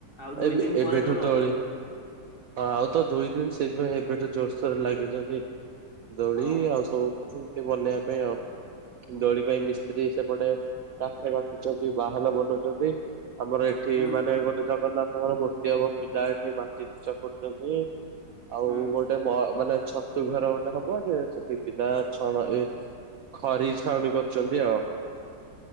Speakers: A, on the left; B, on the right.
A: ଆଉ ଦୁଇ
B: ଏବେ
A: ଦିନ ପରେ
B: ଏବେଠୁ
A: ତ ରଜ
B: ଦୋଳି, ଆଉ ତ ଦୁଇ ଦିନ ସେଇଥିପାଇଁ ଏବେଠୁ ଜୋରସୋରରେ ଲାଗିଛନ୍ତି। ଦୋଳି
A: ହଁ
B: ଆଉ ସବୁ ସେମିତି ବନେଇବା ପାଇଁ ଆଉ, ଦୋଳି ପାଇଁ ମିସ୍ତ୍ରୀ ସେପଟେ କାଠ କାଟୁଛନ୍ତି ବାହାଲ ବନଉଛନ୍ତି ଆମର ଏ ଏଠି
A: ହୁଁ
B: ମାନେ ଗୋଟେ ଜଗନ୍ନାଥଙ୍କର ମୂର୍ତ୍ତି ହବ, ପିଲା ଏଠି ମାଟି ଚକଟୁଛନ୍ତି। ଆଉ
A: ହୁଁ।
B: ଗୋଟେ ମ ମାନେ ଛତୁ ଘର ଗୋଟେ ହବ ଯେ ସେଠି ପିଲା ଛଣ ଏ ଖରି ଛାଉଣୀ କରୁଛନ୍ତି ଆଉ।